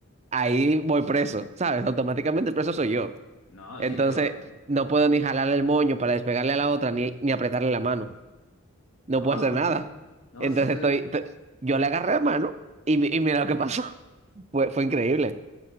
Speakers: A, on the right; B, on the left.
A: Ahí voy preso, ¿sabes? Automáticamente el preso soy yo.
B: No,
A: Entonces,
B: sí, pero.
A: no puedo ni jalarle el moño para despegarle a la otra, ni, ni apretarle la mano. No
B: No,
A: puedo hacer nada.
B: sí. No,
A: Entonces,
B: sí. to-
A: estoy, t- yo le agarré la mano y, mi- y mira lo que pasó. <laughs> Fue, fue increíble.